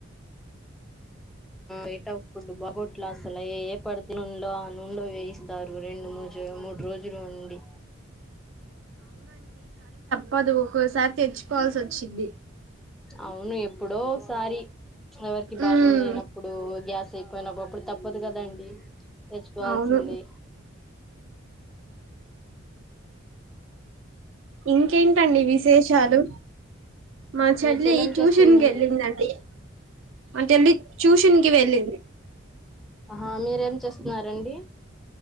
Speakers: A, in the centre; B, on the right (about 70°).
A: యిట్ ఫు అబౌట్ లాస్ అల ఏ పడుతే నునెలో ఆ నూనెలో వేయి తారు రెండు మూ మూడు రోజులు ఉండి
B: పద ఒక్కసారి తెచ్చుకోవాల్సి వచ్చింది.
A: అవును ఎప్పుడో ఒకసారి ఎవరికి భాగం
B: ఉమ్
A: లేనప్పుడు గ్యాస్ యిపోయినప్పుప్పుడు తప్పదు కదండి తెచ్చుకోవాల్సిందే
B: అవును ఇంకేంటండి విశేషాలు మా చెల్లి
A: మీ చెల్లెం
B: ట్యూషన్
A: చేస్తుందండి
B: కి వెళ్ళిందిండి. మా చెల్లి ట్యూషన్ కి వెళ్ళింది.
A: ఆ మీరేం చేస్తున్నారండి.